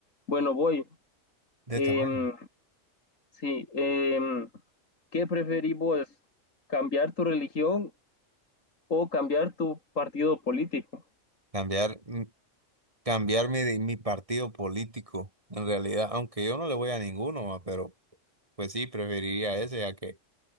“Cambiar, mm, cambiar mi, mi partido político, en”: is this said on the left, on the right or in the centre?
Right